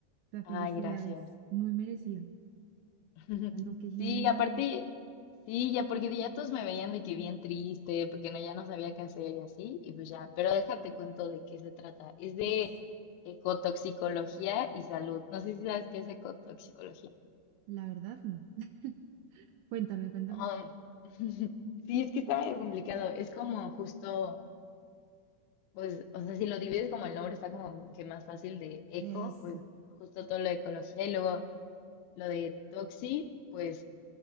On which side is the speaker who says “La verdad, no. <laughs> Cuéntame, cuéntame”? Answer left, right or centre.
Right